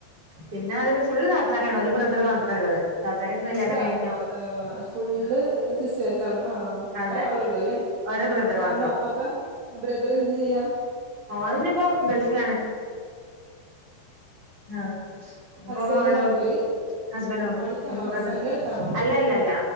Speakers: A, on the right; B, on the right.
A: പിന്നെ അതിന് ഫുള്ള് താത്താരാണ് ഒരു ബ്രദർ മാത്രം ഉള്ളത് താത്താരൊക്കെ കല്യാണം
B: ഒരു <unintelligible>
A: കഴിഞ്ഞു
B: ഏഹ് ഫുള്ള്
A: ഉം
B: സിസ്റ്റേഴ്സാ ആണ് ആ
A: അതെ
B: ഒരാളെ ഒള്ളു അല്ലെ
A: ഒരു ബ്രദർ
B: ആഹ്
A: മാത്രം
B: മോ അപ്പ ബ്രദർ എന്ത് ചെയ്യാ
A: ഓന് ഇനിപ്പോ ഗൾഫിലാണ് ആഹ് ഓൻ ഇപ്പെ
B: ഹസ്ബൻഡും
A: അവിടെ
B: ഗൾഫില്
A: ഹോസ്പി ഹസ്ബൻഡോ
B: അടുത്താണോ
A: ബ്രദർ
B: ഹസ്ബൻഡിന്റെ അടുത്താണോ
A: അല്ലല്ലല്ല